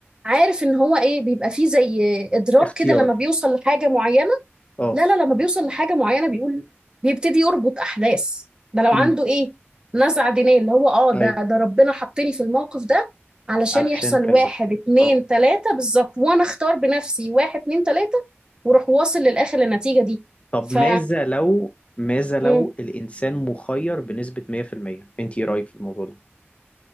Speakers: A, on the right; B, on the left.
A: عارف ان هو ايه بيبقى فيه زي ادراك
B: اختيار
A: كده لما بيوصل لحاجة معينة
B: اه
A: لا لا لما بيوصل لحاجة معينة بيقول بيبتدي يربط أحداث ده لو
B: مم.
A: عنده إيه نزعة دينية اللي هو آه ده
B: ايوه
A: ده ربنا حطني في الموقف ده علشان
B: علشان
A: يحصل
B: كذا
A: واحد اتنين
B: اه
A: تلاتة بالظبط وأنا أختار بنفسي واحد اتنين تلاتة وأروح واصل للآخر للنتيجة دي
B: طب
A: ف
B: ماذا لو ماذا لو
A: مم.
B: الانسان مخير بنسبة 100% انت ايه رايك في الموضوع ده